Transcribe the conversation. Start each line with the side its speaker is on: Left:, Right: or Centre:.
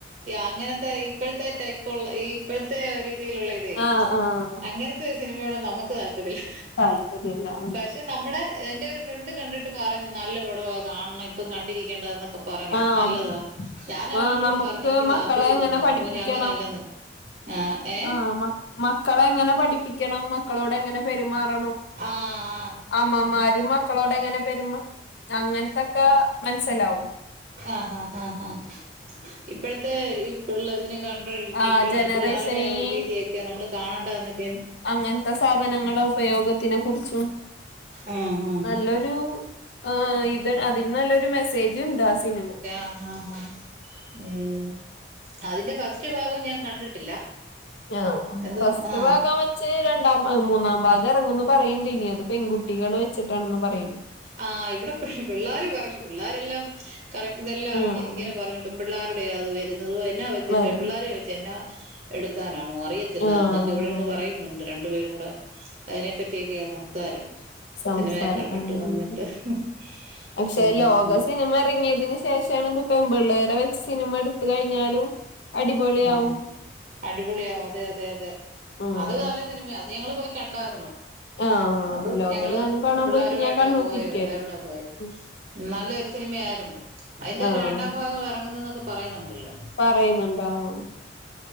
Right: അങ്ങനത്തെ ഇപ്പഴത്തെ ടൈപ്പൊളള ഈ ഇപ്പഴത്തെ രീതിയിലുള്ളയിതേ
Left: ആഹ് ആഹ്
Right: അങ്ങനത്തെ സിനിമയോടൊന്നും നമ്മക്ക് താൽപര്യല്ല
Left: താൽപര്യല്ല ഉം
Right: പക്ഷേ നമ്മടെ എന്റെയൊരു ഫ്രണ്ട് കണ്ടിട്ട് പറഞ്ഞു നല്ല പടവാ കാണണം ഇപ്പം കണ്ടിരിക്കേണ്ടതായെന്നൊക്കെ പറ പറഞ്ഞു
Left: ആഹ്
Right: നല്ലതാ ഞാനവളോട്
Left: ആഹ് നമുക്ക്
Right: പറഞ്ഞു എനിക്ക്
Left: മക്കളെ
Right: താല്പര്യംയില്ലെന്ന്
Left: എങ്ങനെ
Right: പറഞ്ഞു
Left: പഠിപ്പിക്കണം
Right: അപ്പർഞ്ഞു അങ്ങനല്ലെന്ന് ആഹ് എ
Left: ആഹ് മക്ക മക്കളെങ്ങനെ പഠിപ്പിക്കണം, മക്കളോടെങ്ങനെ പെരുമാറണം
Right: ആഹ്
Left: അമ്മമാര് മക്കളോടെങ്ങനെ പെരുമ അങ്ങനത്തൊക്കെ മനസ്സിലാവും
Right: ആഹ് ആഹ് ആ ഹാ ഇപ്പഴത്തെ ഇപ്പള്ളതിനെ കാ
Left: ആഹ്
Right: ഇപ്പഴത്തെ
Left: ജനറേഷൻ
Right: ആ പിള്ളേരുടെ ആ
Left: ഈ
Right: ഒരു രീതിയൊക്കെ നമ്മള് കാണേണ്ടതായെന്നൊക്കെയ എ
Left: അങ്ങൻത്തെ സാധനങ്ങളുടെ ഉപയോഗത്തിനെ കുറിച്ചും
Right: ആഹ് ആഹ്
Left: നല്ലൊരു ആ ഇത് അതിൽ നല്ലൊരു മെസ്സേജ്ണ്ട് ആ സിനിമക്ക്
Right: ആഹ് ആഹ് ഹാ ഉം അതിന്റെ ഫസ്റ്റ് ഭാഗവും ഞാൻ കണ്ടിട്ടില്ല
Left: ങ്ങാ
Right: എന്തോ
Left: ഫസ്റ്റ്
Right: ആഹ്
Left: ഭാഗം വെ ച്ച് രണ്ടാം ഭാഗം മൂന്നാം ഭാഗം എറങ്ങുന്ന് പറയ്ണ്ടിനി അത് പെൺകുട്ടികളെ വെച്ചിട്ടാണന്ന് പറയ്ണ്ട്
Right: ആ് ഇവടെ പി പിള്ളേര് പറഞ്ഞു പിള്ളേരെല്ലാം കറക്റ്റ്നെല്ലാം അറിഞ്ഞിയിങ്ങനെ
Left: ആഹ്
Right: പറഞ്ഞു പെം പിള്ളേരുടെയാ അത് വരുന്നത് എന്നാ വെച്ച്
Left: വരും
Right: പെം പിള്ളോരെ വെച്ച് യെന്നാ എടുക്കാനാണോ അറിയത്തില്ല
Left: ആഹ്
Right: എന്നൊക്കെ ഇവിടെയിരുന്ന് പറയുന്നുണ്ട് രണ്ടു പേരും കൂടെ അതിനെ പറ്റിയൊക്കെയാ സംസാരം
Left: സംസാരം
Right: സിനിമയൊക്കെ കണ്ടിട്ട്
Left: ആഹ്
Right: <inaudible>
Left: പക്ഷെ
Right: ഉം.
Left: ലോക സിനിമ ഇറങ്ങിയതിനന് ശേഷമാണ് ഇപ്പൊ പെൺമ്പിള്ളേരെ വെച്ച് സിനിമ എടുത്ത കഴിഞ്ഞാലും അടിപൊളി
Right: ആ
Left: ആവും
Right: അടിപൊളിയാവും അതെ അതെ അതെ
Left: ഉം
Right: അത് നല്ല സിനിമയ അത് ഞങ്ങള് പോയി കണ്ടായിരുന്നു
Left: ആഹ്
Right: അത്
Left: ലോക
Right: ഞങ്ങള്
Left: ഞാനും കാണാൻ
Right: പിള്ളാരുമായിട്ടാ
Left: പോയിട്ട് ഞാൻ കണ്ണൂത്തിരിക്കായിരുന്നു
Right: പോയത് എല്ലാരും
Left: ഉം
Right: നല്ലൊരു സിനിമയായിരുന്നു അതിന്റെ
Left: ആഹ്
Right: രണ്ടാം ഭാഗം ഇറങ്ങുന്നൊക്കെ പറയുന്നുണ്ടല്ലോ
Left: പറയുന്നുണ്ടോ. ആഹ്